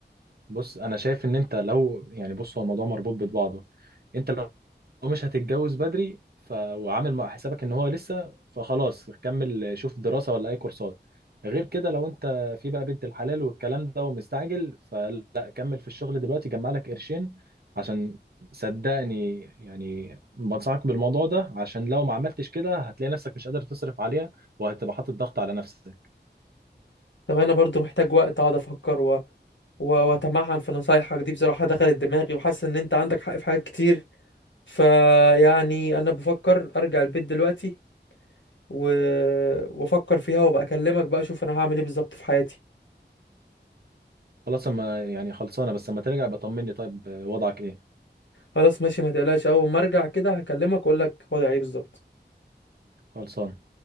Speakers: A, on the right; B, on the left.
A: بص انا شايف ان انت لو يعني بص هو الموضوع مربوط ببعضه انت هو مش هتتجوز بدري ف... وعامل مع حسابك ان هو لسه فخلاص كمل شوف دراسة ولا اي كورسات غير كده لو انت في بقى بنت الحلال والكلام ده ومستعجل فلا كمل في الشغل دلوقتي جمع لك قرشين عشان صدقني يعني بنصحك بالموضوع ده عشان لو ما عملتش كده هتلاقي نفسك مش قادر تصرف عليها وهتبقى حاطط ضغط على نفسك
B: طب انا برضو محتاج وقت اقعد افكر و... و... واتمعن في نصايحك دي بصراحة دخلت دماغي وحاسس ان انت عندك حق في حاجات كتير فيعني انا بفكر ارجع البيت دلوقتي و... وافكر فيها وابقى اكلمك بقى اشوف انا هعمل ايه بالظبط في حياتي
A: خلاص اما يعني خلصانة بس اما ترجع بطمني طيب وضعك ايه
B: خلاص ماشي ما تقلقش اول ما ارجع كده هكلمك واقول لك وضعي ايه بالظبط
A: خلصانة